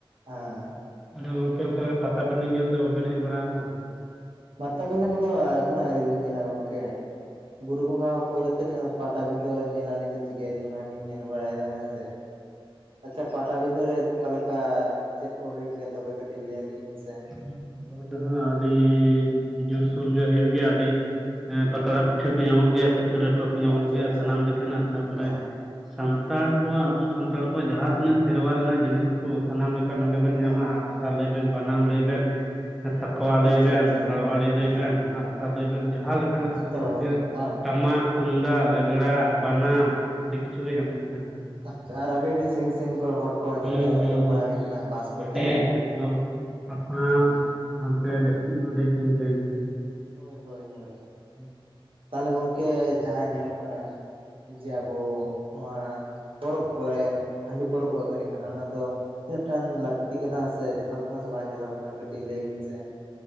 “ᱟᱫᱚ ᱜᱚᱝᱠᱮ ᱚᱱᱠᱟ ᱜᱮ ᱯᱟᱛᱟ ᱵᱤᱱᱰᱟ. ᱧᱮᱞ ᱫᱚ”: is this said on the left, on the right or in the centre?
Centre